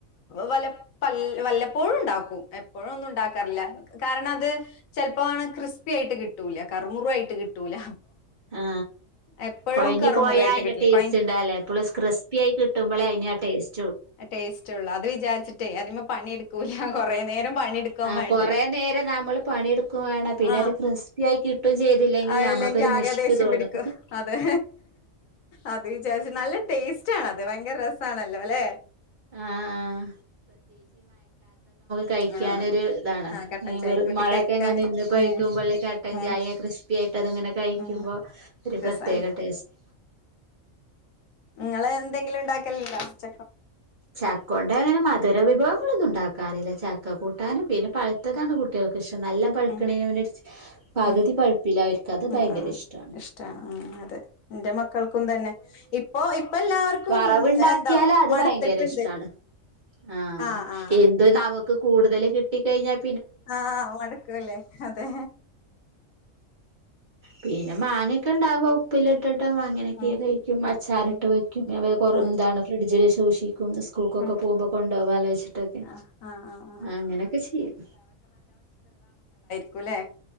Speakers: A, on the left; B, on the right.
A: വല്ല പല്ല വല്ലപ്പോഴുണ്ടാകും എപ്പോഴൊന്നും ഉണ്ടാക്കാറില്ല കാരണം അത് ചെലപ്പം ക്രിസ്പി ആയിട്ട് കിട്ടൂല കറുമുറു ആയിട്ട് കിട്ടൂല
B: ആ
A: എപ്പോഴും
B: കൊഴഞ്ഞ്
A: കറുമുറു
B: പോയ
A: ആയിട്ട്
B: അയിന്റെ
A: കിട്ടില്ല
B: ടേസ്റ്റ്
A: കൊഴ
B: ണ്ടാവില്ല എപ്പളുംക്രിസ്പി ആയി കിട്ടുമ്പളേ അയിന് ആ ടേസ്
A: അ ടേസ് റ്റൊള്ളൂഅത് വിചാരിച്ചിട്ടാ അതിൻമെ പണിട്ക്കൂല കൊറെ നേരം പണി എട്ക്കാവേണ്ടേ
B: ആഹ് കൊറേ നേരം നമ്മള് പണിയെടുക്കും വേണം പിന്നെ
A: ആ
B: അത് ക്രിസ്പി ആയി കിട്ടും ചെയ്തില്ലെങ്കി
A: അല്ലെങ്കിൽ
B: നമ്മക്കൊരു
A: ആകെ
B: മുഷ്പ്
A: ദേഷ്യം
B: തോന്നും
A: പിടിക്കും അതേ അത് വിചാരിച്ച് നല്ല ടേസ്റ്റാണല്ലേ ഭയങ്കര രസാണല്ലോല്ലെ
B: ആഹ് ആഹ് കഴിക്കാനൊരുതാണ്
A: ആ ആ കട്ടൻ
B: ഏ
A: ചായയും
B: വെറു
A: കൂട്ടി
B: മഴയെക്കെ
A: കഴിക്കാന്
B: നിന്ന് പൊഴിക്കുമ്പോൾ
A: ഉം
B: കട്ടൻചായ
A: ഉം
B: ക്രിസ്പി ആയിട്ട് അതങ്ങനെ കഴിക്കുമ്പോ
A: ഉം
B: ഒരു
A: രസാണ്
B: പ്രത്യേക ടേസ്റ്റാ
A: ങ്ങൾഎന്തെങ്കിലുണ്ടാക്കലുണ്ടോ ച
B: ചക്കൊണ്ടങ്ങനെ മധുര വി വിഭവങ്ങളെന്നും ണ്ടാക്കാറില്ല ചക്ക കൂട്ടാനും പിന്നെ പഴുത്തതാണ് കുട്ടോ ൾക്ക്ഇഷ്ടം നല്ല പഴുക്ക്ണേ
A: ഉം
B: ന്നെമുന്നെ പകുതി
A: ഉം
B: പഴുപ്പ് ല്ലേ അവർക്ക് അത്
A: ആഹ്
B: ഭയക്കരഷ്ടാണ്
A: ആഹ് ഇഷ്ടാണ് ഉം അതെ എന്റെ മക്കൾക്കും തന്നെ ഇപ്പൊ ഇപ്പ എല്ലാവർക്കും
B: വറവ് ണ്ടാക്കിയാൽ
A: എന്താ
B: അ ഇ
A: മടുത്തിട്ടുണ്ട്
B: ഭയക്കര ഇഷ്ടാണ് ആ
A: ആഹ് ആഹ്
B: എന്തേ നാവ് ക്ക് കൂടുതൽ കിട്ടി കഴിഞ്ഞാൽ
A: ആ മടുക്ക്ണ് ലേ അതേ
B: പിന്നെ മാങ്ങക്കെണ്ടാവും ഉപ്പിലിട്ടിട്ട് അങ്ങനെയെക്കെ
A: ഉം
B: കഴിക്കും അച്ചാറിട്ട്
A: ഉം
B: വെക്കും വെ
A: ഉം
B: എന്താണ് പിന്നെ ഫ്രിഡ്ജിൽ <unintelligible> <unintelligible> സ്കൂൾക്കൊക്കെ
A: ഉം
B: പോവുമ്പോ കൊണ്ടാവലോ വെച്ചിട്ടൊക്കെ
A: ആഹ് ആഹ് ആഹ് ആഹ്
B: അങ്ങനെയൊക്കെ ചെയ്യും
A: രിക്കുലെ <unintelligible> ഇല്ലേ